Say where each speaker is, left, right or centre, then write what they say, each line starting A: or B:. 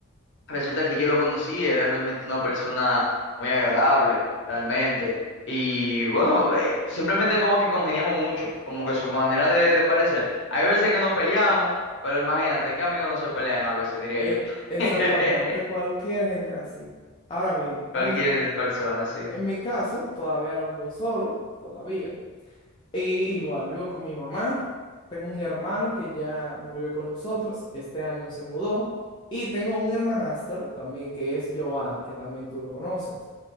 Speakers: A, on the left; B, on the left.
A: resulta que yo lo conocí, era realmente una persona muy agradable, realmente. Y bueno, eh, simplemente como que congeniamos mucho, como que su manera de, de parecer. Hay veces que nos peleamos, pero imagínate que amigos no se pelean a veces, diría
B: E-
A: yo.
B: exactamente,
A: <laughs>
B: cualquier gente así. Ahora bien,
A: Cualquier
B: en mi,
A: persona, sí.
B: en mi caso, todavía no vivo solo, todavía. Y igual vivo con mi mamá, tengo un hermano que ya no vive con nosotros, este año se mudó, y tengo un hermanastro también que es Joan, que también tú lo conoces.